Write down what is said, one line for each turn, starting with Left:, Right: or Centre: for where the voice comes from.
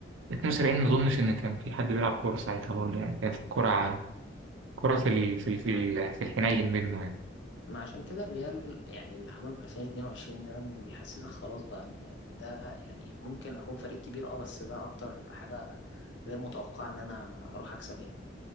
Right: 72 ما أظنش إن كان في حد بيلعب كورة ساعتها برضه يعني كانت الكرة كرة في ال... في ال... في ال- في الحنين منه يعني
Left: ما عشان كده الريال يعني اللي عمله في 2022 ده بيحسسك خلاص بقى ان ان ده يعني ممكن اكون فريق كبير اه بس ده اكتر حاجة غير متوقعة ان انا اروح اكسب يعني